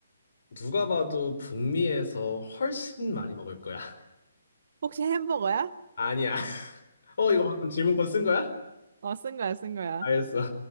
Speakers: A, on the left; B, on the right.
A: 누가 봐도 북미에서 훨씬 많이 먹을 거야. <laughs>
B: 혹시 햄버거야?
A: 아니야. 어, 이거 방금 질문권 쓴 거야?
B: 어, 쓴 거야, 쓴 거야.
A: 알겠어.